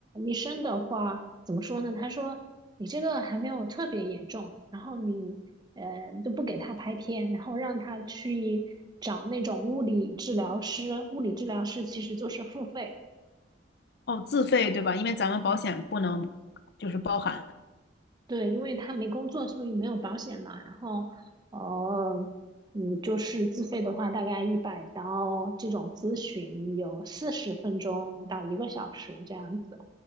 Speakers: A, on the right; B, on the left.
A: 医生的话怎么说呢？他说你这个还没有特别严重，然后你呃就不给他拍片，然后让他去找那种物理治疗师，物理治疗师其实就是付费，
B: 哦，自费对吧？因为咱们保险不能就是包含。
A: 对，因为他没工作，所以没有保险嘛。然后，呃，嗯，就是自费的话，大概一百刀这种咨询有四十分钟到一个小时这样子。